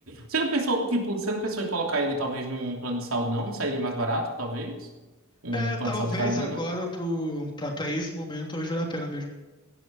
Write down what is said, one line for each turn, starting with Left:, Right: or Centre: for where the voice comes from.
Right: Você não pensou, tipo, você não pensou em colocar ele talvez num plano de saúde, não? Não Sairia mais barato, talvez? Um
Left: É,
Right: plano
Left: talvez
Right: de saúde canino?
Left: agora pro, pra, pra esse momento, talvez valha a pena mesmo.